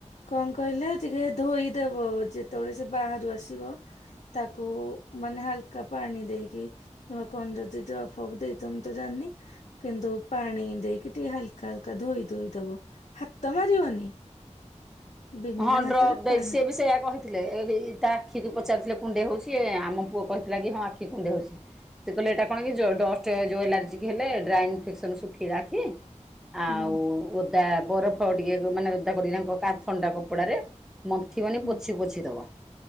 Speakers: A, on the left; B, in the centre.
A: କଣ କହିଲେ ଟିକେ ଧୋଇଦବ ଯେତେବେଳେ ସେ ବାହାରୁ ଆସିବ। ତାକୁ ମାନେ ହାଲକା ପାଣି ଦେଇକି। କିମ୍ବା କଣ ଯଦି ଟ ଅଫ ଅଫ ଦେଇଥମ ତ ଜାଣିନି କିନ୍ତୁ ପାଣି ଦେଇକି ଟିକେ ହାଲ୍ ହାଲକା ହାଲକା ଧୋଇ ଧୋଇଦବୁ ହାତ ମାରିବନି? ବିନା
B: ହଁ
A: ହାତରେ
B: ଡ୍ରପ୍ ଦେଇଛି।
A: ପାଣା
B: ସେ ବି ସେୟା କହି ଥିଲେ ଏ ତା ଆଖିକୁ ପଚାରିଥିଲେ କୁଣ୍ଡେଇ ହଉଛି। ଏ ଆମ ପୁଅ କହିଥିଲା କି ହଁ ଆଖି କୁଣ୍ଡେଇ ହଉଛି। ସେ କହିଲେ ଏଇଟା କଣ କିଡଷ୍ଟ ଯୋଉ ଏଲାର୍ଜି ହେଲେ ଡ୍ରାଏ ଇନଫେକ୍ସନ ଶୁଖି ରହିକି ଆଉ
A: ହୁଁ
B: ଓଦା ବରଫ ଟିକେ ମାନେ ଓଦା କରିକିନାଙ୍କ କା ଥଣ୍ଡା କପଡାରେ ମନ୍ଥି ମନି
A: ହୁଁ
B: ପୋଛି ପୋଛି ଦବ।